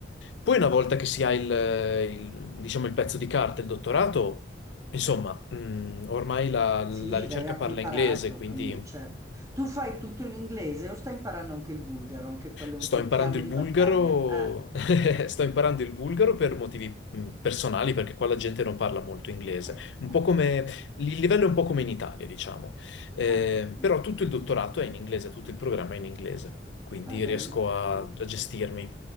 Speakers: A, on the left; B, on the right.
A: Poi, una volta che si ha il, il- diciamo, il pezzo di carta, il dottorato. Insomma, mm, ormai la, la
B: Sì,
A: ricerca
B: beh, ha
A: parla
B: qui parato,
A: inglese, quindi
B: quindi certo. Tu fai tutto in inglese o stai imparando anche il bulgaro? Anche quello è
A: sto
B: un tuo
A: imparando
B: piano
A: il
B: di
A: bulgaro,
B: battaglia. Eh,
A: <laughs> sto imparando il bulgaro per motivi mm, personali, perché qua la gente non parla molto inglese.
B: eh,
A: Un
B: ah,
A: po' come, il livello è un po' come in Italia, diciamo. Eh,
B: ah, mm.
A: però tutto il dottorato è in inglese, tutto il programma è in inglese, quindi
B: Beh, bello.
A: riesco a,
B: ah.
A: a gestirmi.